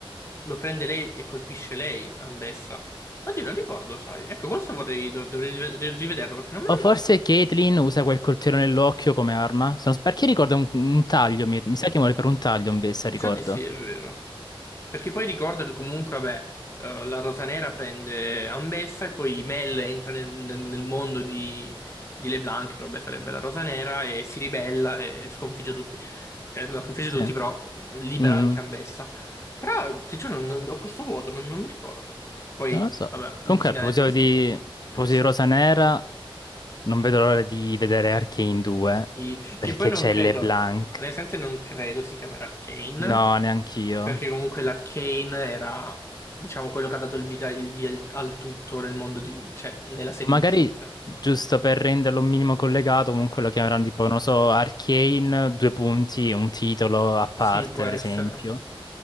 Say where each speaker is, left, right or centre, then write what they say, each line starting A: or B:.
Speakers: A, on the left; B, on the left.
A: lo prende lei e colpisce lei, Ambessa. Oddio, non ricordo, sai. Ecco, questo vorrei, dov- dovrei rive- rivederlo perché non me lo
B: O
A: ricordo.
B: forse Caitlyn usa quel coltello nell'occhio come arma. Sono, perché ricordo un, un taglio, mi, mi sa che muore per un taglio ambessa,
A: Mi
B: ricordo.
A: sa di sì, è vero. Perché poi ricordo che comunque, vabbè, eh, la Rosa Nera prende Ambessa e poi Mel entra nel, nel- nel mondo di, di LeBlanc, che vabbè sarebbe la Rosa Nera, e si ribella e sconfigge tutti. Cioè, non sconfigge
B: Sì.
A: tutti, però mh, libera
B: Mm,
A: anche Ambessa. Però, ti giuro, non- ho questo vuoto, non, non mi ricordo. Poi,
B: non lo so.
A: vabbè,
B: Comunque,
A: il finale
B: a proposito
A: della serie.
B: di, a
A: Bellissimo.
B: proposito di Rosa Nera, Non vedo l'ora di vedere Arcane 2
A: Sì,
B: perché
A: che poi non
B: c'è
A: credo,
B: LeBlanc.
A: onestamente non credo si chiamerà Arcane.
B: No, neanch'io.
A: Perché comunque l'Arcane era, diciamo, quello che ha dato il, vita, il via il- al tutto nel mondo di, cioè, nella serie
B: Magari
A: di Geek.
B: giusto per renderlo un minimo collegato, comunque lo chiameranno tipo, non so, Arcane, due punti, un titolo a parte,
A: Sì, può
B: per
A: essere.
B: esempio.